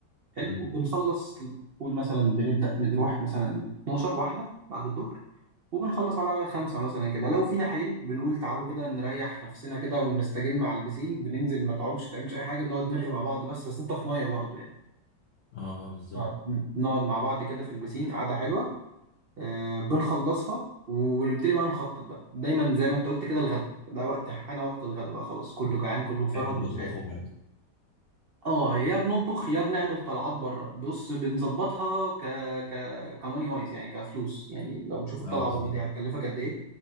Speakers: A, on the right; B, on the left.
A: حلو
B: مم.
A: وبنخلص قول مثلا بنبدا بنروح مثلا 12 واحده بعد الظهر وبنخلص على خمسة مثلا كده لو فينا حيل بنقول تعالوا كده نريح نفسنا كده ونستجم على البسين بننزل ما تعومش ما تعملش أي حاجة بنقعد نرغي مع بعض بس بس أنت في مية برضه يعني
B: اه آه، بالظبط
A: نقعد نقعد مع بعض كده في البسين قعدة حلوة آه بنخلصها ونبتدي بقى نخطط بقى دايما زي ما أنت قلت كده الغدا ده وقت أنا وقت الغدا بقى خلاص كله جعان كله مفرهد
B: بحب تطبخه
A: ومش قادر
B: برضه
A: اه يا بنطبخ يا بنعمل طلعات بره بص بنظبطها ك ك كماني وايز يعني كفلوس يعني لو نشوف الطلعه
B: اه بالظبط
A: بره دي هتكلفك قد ايه